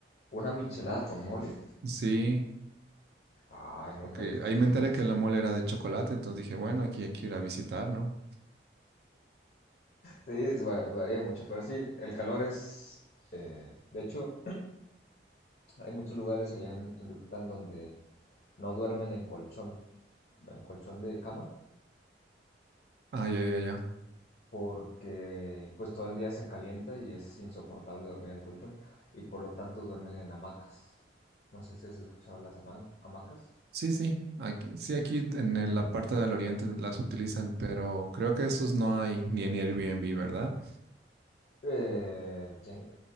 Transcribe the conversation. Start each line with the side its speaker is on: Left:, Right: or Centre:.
Left: ¿Una michelada con mole?
Right: sí,
Left: Ay, nunca
Right: porque
Left: había escuchado
Right: ahí me enteré
Left: yo eso.
Right: que la mole era de chocolate, entonces dije, bueno, aquí hay que ir a visitar, ¿no?
Left: Sí, es va- varía mucho, pero sí, el calor es... eh, de hecho, <clears throat> hay muchos lugares allá en, en Yucatán donde no duermen en colchón, en colchón de cama,
Right: Ah, ya, ya, ya.
Left: porque pues todo el día se calienta y es insoportable dormir en el colchón, y por lo tanto duermen en hamacas. No sé si has escuchado las hamac- hamacas.
Right: Sí, sí, aquí, sí, aquí en el- la parte del oriente las utilizan, pero creo que esos no hay ni en Airbnb, ¿verdad?
Left: Eh, ¿quién?